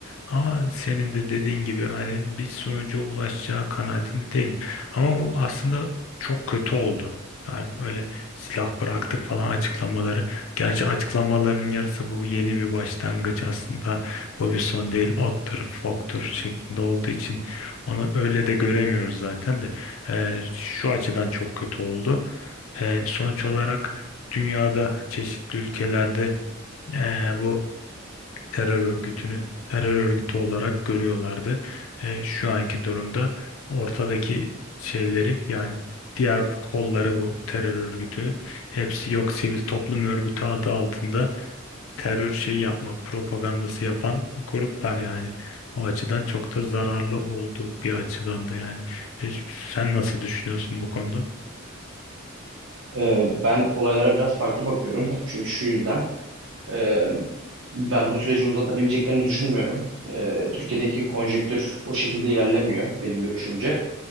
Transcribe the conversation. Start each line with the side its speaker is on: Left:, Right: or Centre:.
Left: Ama senin de dediğin gibi hani bir sonuca ulaşacağı kanaatinde değilim. Ama bu aslında çok kötü oldu. Yani böyle silah bıraktık falan açıklamaları. Gerçi açıklamaların yarısı bu yeni bir başlangıç aslında. Bu bir son değil, ottur, foktur şeklinde olduğu için onu öyle de göremiyoruz zaten de. Ee, şu açıdan çok kötü oldu. Ee, sonuç olarak dünyada çeşitli ülkelerde ee, bu terör örgütünü terör örgütü olarak görüyorlardı. E, şu anki durumda ortadaki şeyleri yani diğer kolları bu terör örgütünün hepsi yok sivil toplum örgütü adı altında terör şeyi yapmak propagandası yapan gruplar yani. O açıdan çok da zararlı oldu bir açıdan da yani. E, Sen nasıl düşünüyorsun bu konuda?
Right: Ee, ben olaylara biraz farklı bakıyorum. Çünkü şu yüzden e, ben bu süreci uzatabileceklerini düşünmüyorum. Ee, Türkiye'deki konjektür o şekilde ilerlemiyor benim görüşümce.